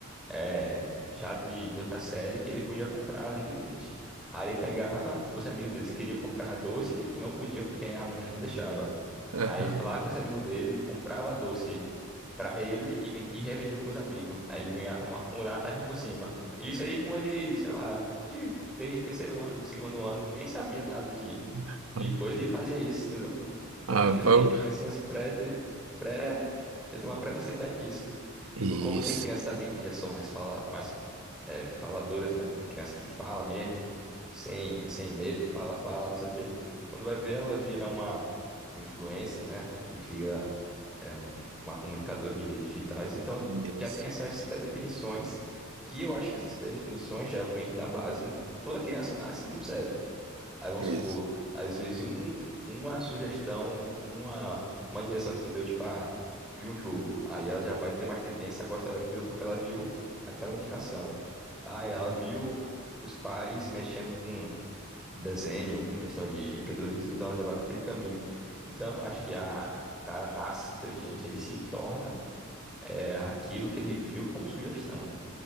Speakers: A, in the centre; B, on the right (about 85°).
A: eh, já de, de outra série que ele podia comprar livremente. Aí ele pegava, os amigos deles queriam comprar doce e não podia porque a mulher não deixava.
B: Aham.
A: Aí ele falava com esse amigo dele, comprava doce pra ele e, ven- e revendia pros amigos. Aí ele ganhava uma, uma taxa por cima. E isso aí com ele, sei lá, de ter- terceiro ano, segundo ano, nem sabia nada de,
B: <laughs>
A: de coisa e fazia isso, entendeu? Então
B: Ah,
A: acho que já
B: Paulo.
A: tem crianças pré, de- pré, já tem uma pré-facilidade nisso.
B: Isso,
A: Ou Como tem crianças também que já são mais fala, mais é, faladoras, né? Tem criança que fala mesmo, sem, sem medo, fala, fala, não sei o quê. Quando vai ver, ela vira uma influencer, né? Vira é, um- uma comunicadora de mídias digitais. Então
B: isso,
A: já tem essas pré-definições que eu acho que essas pré-definições já vêm da base. Não- toda criança nasce no zero. Aí vamos
B: isso.
A: supor, às vezes um, uma sugestão, uma, uma direção que tu deu, tipo, ah, viu um jogo. Aí ela já vai ter mais tendência a gostar daquilo porque ela viu aquela indicação. Aí ela viu os pais mexendo com desenho, com questão de empreendedorismo, então ela já vai para aquele caminho. Então eu não acho que ah, o cara nasce inteligente, ele se torna é, aquilo que ele viu como sugestão.